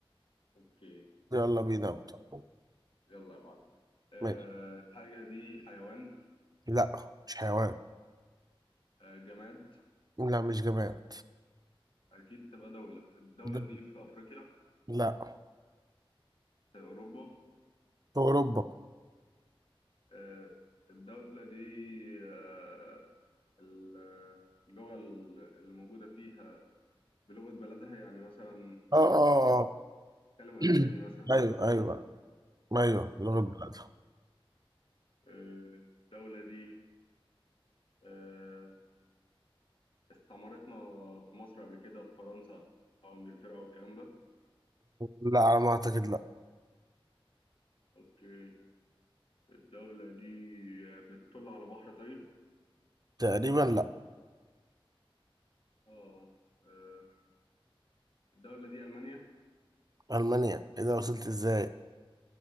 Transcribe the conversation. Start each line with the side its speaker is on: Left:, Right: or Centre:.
Left: اوكي
Right: يلا بينا أبدأ.
Left: يلا يا معلم أه
Right: ماشي
Left: الحاجه دي حيوان
Right: لا مش حيوان
Left: أه جماد
Right: لا مش جماد
Left: اكيد تبقى دوله الدوله
Right: دولة
Left: دي في افريقيا
Right: لا
Left: في اوروبا
Right: في أوروبا
Left: أه الدوله دي أه ال- اللغه ال- اللي موجوده فيها بلغه بلدها يعني مثلا
Right: اه اه اه
Left: بيتكلم اسباني
Right: <clears throat>
Left: مثلا
Right: أيوه
Left: مش
Right: أيوه
Left: لغه بلد
Right: أيوه لغة
Left: اه
Right: بلادها
Left: آه، الدوله دي آه، استعمرتنا في مصر قبل كده في فرنسا او انجلترا او الكلام ده
Right: لا على ما أعتقد لا
Left: اوكي الدوله دي بتطل على بحر طيب
Right: تقريبا لا
Left: اه آه، الدوله دي المانيا
Right: ألمانيا إيه ده وصلت إزاي